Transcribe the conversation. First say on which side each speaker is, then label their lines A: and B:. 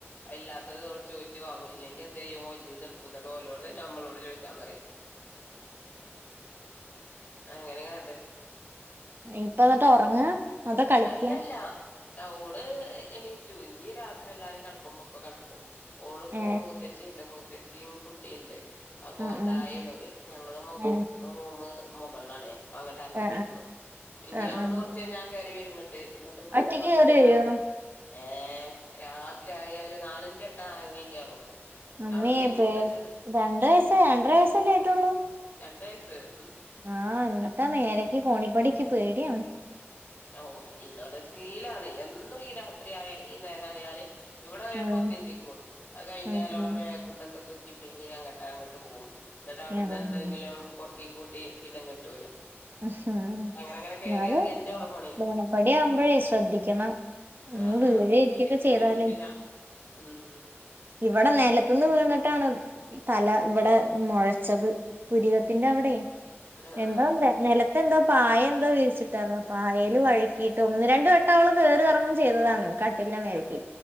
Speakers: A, on the left (about 40°); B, on the right (about 50°).
A: അത് ഇല്ലാത്തത് ഓള് ചോയ്ച്ച് ചോയ്ച്ച് വാങ്ങും ഇല്ലങ്കി എന്തയ്യും ഒലത്തീന്ന് ഇട്ക്കും ന്നട്ട് ഓലോഡ് നമ്മളോട് ചോദിച്ചാന് പറയും അങ്ങനെ കട്ടല്
B: ഇപ്പന്നട്ട് ഉറങ്ങ അതോ കളിക്ക
A: അങ്ങനെല്ല ഓള് എണീറ്റു ഇഞ്ഞി രാത്രി എല്ലാരും കെടക്കുംമ്പോ ഒപ്പം കെടക്കോള്ളൂ ഓള്പ്പോ
B: ഏ
A: മൂത്തച്ചിണ്ട് മൂത്തച്ചിം കുട്ടിണ്ട് അപ്പൊ
B: ഉം ഉം
A: തായെണോല് ഞങ്ങള്
B: ആ
A: റൂമ് മുകൾലാണ് അപ്പൊ അങ്ങട്ട് അറങ്ങി
B: ആ
A: പോയ്ക്ക്ണു ഇനി
B: ആ
A: അവിടുന്ന്
B: ആ
A: കുറച്ച് കഴിഞ്ഞാ കെറി വരുങ്ങട്ട് ന്നിട്ട് ഇവിടുന്ന്
B: ഒറ്റക്ക്
A: കുറച്ചഴിഞ്ഞാൽ
B: കേറി വരുവോ
A: അങ്ങട്ടും ഏഹ് രാത്രിയായ ഒരു നാലഞ്ചട്ടം എറങ്ങി കേറും
B: മ്മേ
A: അവിടുന്ന്
B: പേടി
A: മൂത്തച്ഛന്റെ
B: രണ്ടയസ്സ് രണ്ടര വയസ്സല്ലേ ആയിട്ടുള്ളൂ
A: രണ്ട് വയസ്സ് ഉം
B: ആഹ് ന്ന്ട്ടാ ആഹ് മേലേക്ക് കോണിപ്പടി ഇക്ക് പേടിയാണ്
A: ഓഹ് ഇതോടെ ശീലാണ് എന്നും ഈ രാത്രി ആയ ഈ നേരായാല് ഇവിടെ ഒരു
B: ഉം
A: പത്തിൻറ്റിക്കും അത് കഴിഞ്ഞാ
B: ഉം
A: ഓളെ
B: ഉം
A: ബാഗും തൊക്കെ തൂക്കി പിന്നീ അങ്ങട്ടാ അങ്ങട്ട് പോകും എന്നിട്ട് അവിടുന്ന്
B: ഉം
A: എന്തെങ്കിലും പെറ്ക്കി കൂട്ടി പിന്നെ ഇങ്ങോട്ട് വരും
B: അഹം
A: അങ്ങനെ അങ്ങനെ കേറി
B: ന്നാലു
A: ഇറങ്ങന്നെ ഓളെ പണി
B: കോണപ്പടി ആവുമ്പോഴേ ശ്രദ്ധിക്കണം ഒന്ന്
A: ആ
B: വീഴ
A: ആ
B: ഇരിക്കൊക്കെ
A: ഇതുവരെയൊന്നും
B: ചെയ്താലേ
A: വീണിട്ടില്ല ഉം
B: ഇവിടെ നലത്തുന്ന് വീണിട്ടാണ് തല ഇവിടെ മുഴച്ചത് പുരികത്തിന്റെ അവിടെയും
A: ആ
B: എന്തോല്ലേ
A: ആ
B: നിലത്തെ എന്തോ പായ എന്തോ വിരിച്ചിട്ടാര്ന്നു പായേൽ വഴുക്കിട്ട് ഒന്ന് രണ്ട് വട്ടം അവള് കയറി ഇറങ്ങും ചെയ്താണ് കട്ടിൽൻ്റെ മേലക്കി
A: ആ